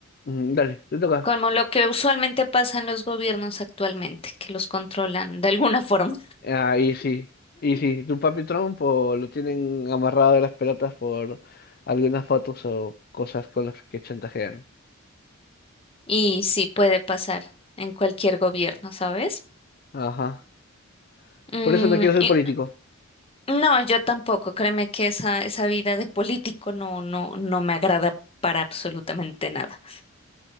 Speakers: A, on the left (about 45°); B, on the left (about 25°).
A: Ujú, Dale, te toca.
B: Como lo que usualmente pasa en los gobiernos actualmente, que los controlan de alguna <laughs> forma.
A: Ahí sí. Y sí, tu papi Trump o lo tienen amarrado de las pelotas por algunas fotos o cosas con las que chantajean.
B: Y sí puede pasar en cualquier gobierno, ¿sabes?
A: Ajá.
B: Mm,
A: Por eso no quiero ser
B: y-
A: político.
B: no, yo tampoco. Créeme que esa, esa vida de político no, no, no me agrada para absolutamente nada.